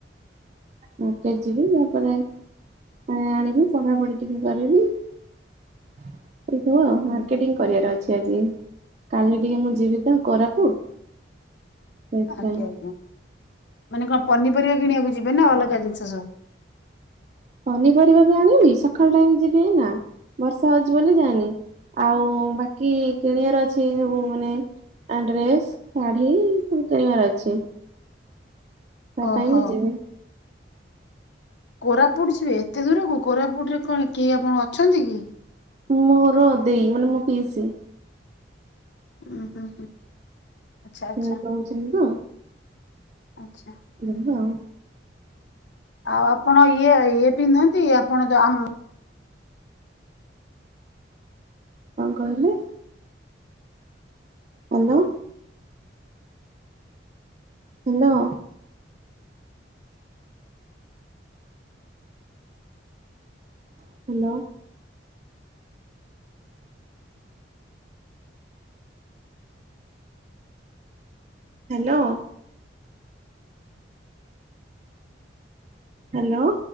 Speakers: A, on the right; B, on the left.
A: ମାର୍କେଟ ଯିବି ତାପରେ ପାଣି ଆଣିବି ପଢାପଢି ଟିକେ କରିବି। <unintelligible> ମାର୍କେଟିଂ।
B: ହୁଁ
A: କରିବାର ଅଛି ଆଜି କାଲି ଟିକେ ମୁଁ ଯିବି ତ କୋରାପୁଟ। ସେଥିପାଇଁ
B: ଆଜ୍ଞା ଆଜ୍ଞା ମାନେ କଣ ପନିପରିବା କିଣିବାକୁ ଯିବେ ନା ଅଲଗା ଜିନିଷ ସବୁ।
A: ପନିପରିବା ବି ଆଣିବି ସକାଳ ଟାଇମ ଯିବି ଏଇନା ବର୍ଷା ହଉଛି ବ ଯାଏନି। ଆଉ ବାକି କିଣିବାର ଅଛି ସବୁ ମାନେ ଆ ଡ୍ରେସ ଶାଢ଼ୀ ସବୁ କିଣିବାର ଅଛି। ତା
B: ଓହୋ।
A: ପାଇଁ ବି ଯିବି।
B: କୋରାପୁଟ ଯିବେ ଏତେ ଦୂରକୁ କୋରାପୁଟ ରେ କଣ କେହି ଆପଣ ଅଛନ୍ତି କି।
A: ମୋର ଦେଇ ମାନେ ମୋ ପିଇସି।
B: ହୁଁ-ହୁଁ-ହୁଁ ଆଛା
A: ସେମାନେ
B: ଆଛା
A: ରହୁଛନ୍ତି ତ
B: ଆଛା।
A: <unintelligible>
B: ଆଉ ଆପଣ ଇଏ ଇଏ ପିନ୍ଧନ୍ତି ଆପଣ ଯୋଉ ଆମ
A: କଣ କହିଲେ? Hello. Hello. Hello. Hello. Hello.